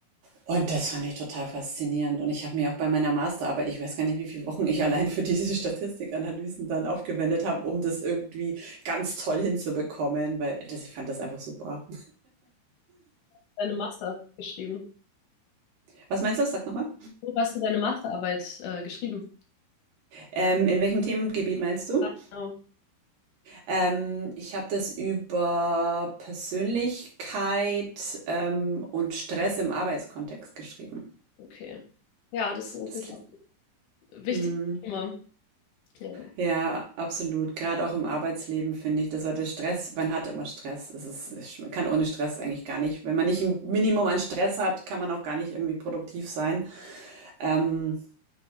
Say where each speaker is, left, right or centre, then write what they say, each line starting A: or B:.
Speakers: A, on the right; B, on the left.
A: Und das fand ich total faszinierend. Und ich habe mir auch bei meiner Masterarbeit, ich weiß gar nicht, wie viele Wochen ich allein für diese Statistikanalysen dann aufgewendet habe, um das irgendwie ganz toll hinzubekommen, weil das, ich fand das einfach super.
B: Deine Master geschrieben.
A: Was meinst du? Sag nochmal.
B: Wo hast du deine Masterarbeit äh, geschrieben?
A: Ähm, in welchem Themengebiet meinst du?
B: Ah, Genau,
A: Ähm, ich habe das über Persönlichkeit, ähm, und Stress im Arbeitskontext geschrieben.
B: okay. Ja, das ist natürlich
A: Das, kli-
B: auch ein wichtiges
A: hm,
B: Thema. Ja.
A: ja, absolut. Gerade auch im Arbeitsleben finde ich, dass heute Stress, man hat immer Stress. Es ist, es sch- man kann ohne Stress eigentlich gar nicht. Wenn man nicht ein Minimum an Stress hat, kann man auch gar nicht irgendwie produktiv sein. Hm.